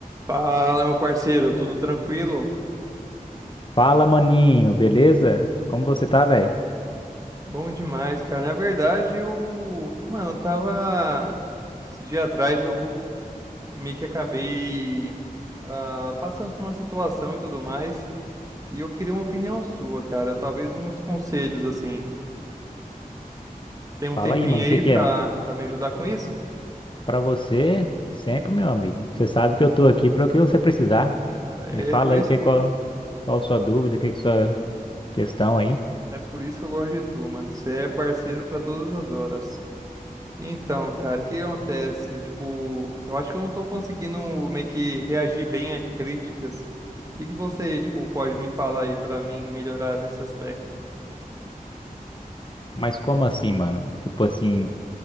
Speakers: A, on the right (about 25°); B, on the left (about 35°).
A: Fala, meu parceiro, tudo tranquilo?
B: Fala, maninho, beleza? Como você tá, velho?
A: Bom demais, cara. Na verdade, eu, mano, eu tava esse dia atrás eu meio que acabei ah, passando por uma situação e tudo mais, e eu queria uma opinião sua, cara, talvez uns conselhos assim. Tem um
B: Fala
A: tempinho
B: aí, mano,
A: aí
B: o que que
A: pra,
B: é?
A: pra me ajudar com isso?
B: Pra você, sempre, meu amigo. Você sabe que eu tô aqui para o que você precisar.
A: Cara,
B: Me fala
A: é por isso,
B: aí que é
A: que-
B: qual, qual sua dúvida, que que sua questão aí.
A: é por isso que eu gosto de tu, mano. Você é parceiro pra todas as horas. Então, cara, o que acontece? Tipo, eu acho que eu não tô conseguindo meio que reagir bem a críticas. O que que você, tipo, pode me falar aí pra mim melhorar nesse aspecto?
B: Mas como assim, mano? Tipo assim,